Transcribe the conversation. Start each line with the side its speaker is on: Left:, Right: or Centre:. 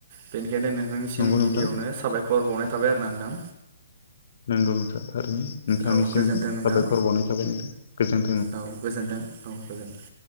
Right: बेनि बिनिखायनो नोंथांनिसिम
Left: नंगौ
Right: गिबियावनो
Left: नोंथां
Right: साबायखर बावनाय थाबाय आरो ना नोंथां
Left: नंगौ नोंथां थारैनो नोंथांनिसिमबो
Right: औ गोजोन्थों
Left: साबायखर
Right: नोंथां
Left: बावनाय थाबाय नोंदों गोजोनथों
Right: औ गोजोनथों औ गोजोनथों